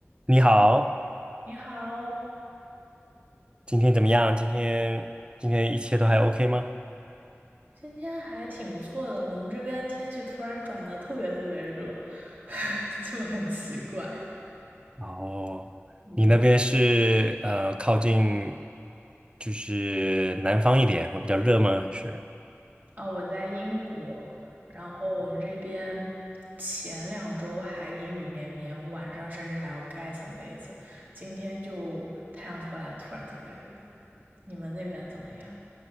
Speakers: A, on the right; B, on the right.
A: 你好，
B: 你好，
A: 今天怎么样？今天今天一切都还 OK 吗？
B: 今天还挺不错的。我们这边天气突然转得特别特别热，<laughs> 就很奇怪。
A: 哦，
B: 嗯，
A: 你那边是呃靠近就是南方一点，会比较热吗？还是？
B: 啊，我在英国，然后我们这边前两周还阴雨绵绵，晚上甚至还要盖层被子。今天就太阳出来了，突然特别热。你们那边怎么样？